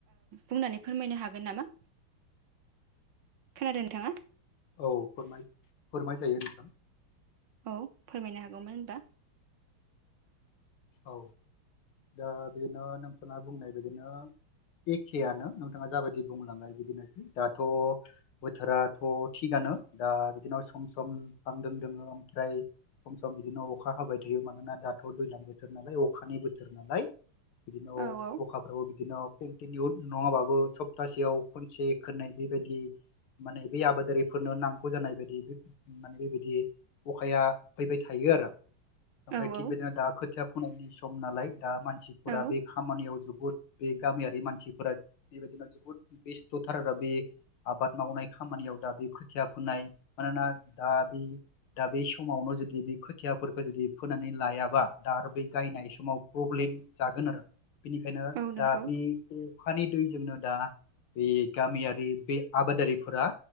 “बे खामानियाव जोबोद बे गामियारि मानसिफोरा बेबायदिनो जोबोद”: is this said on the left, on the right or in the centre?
Left